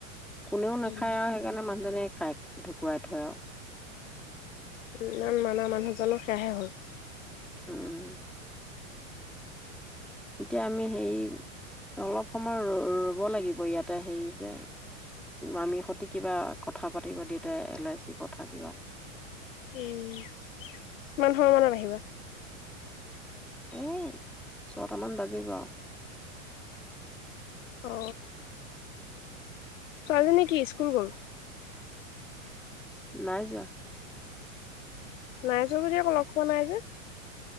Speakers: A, in the centre; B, on the left (about 70°).
A: কোনেও নাখায়
B: উম
A: আৰু সেইকাৰণে মানুহজনে খায়। ঢুকুৱাই থয় আউ।
B: ইমান মানা মানুহজনৰ সেয়েহে হ'ল।
A: উম, এতিয়া আমি সেই, অলপ সময় ৰ-ৰ'ব লাগিব ইয়াতে হেৰি যে, আমি সিহঁতে কিবা কথা পাতি পাতি দুটাই এল আই চিৰ কথা কিবা।
B: উম, কিমান সময় মানত আহিবা?
A: এ, ছটামান বাজিব আউ।
B: অ ছোৱালীজনী কি স্কুল গ'ল?
A: নাই যোৱা।
B: নাই যোৱা যদি আকৌ লগ পোৱা নাই যে?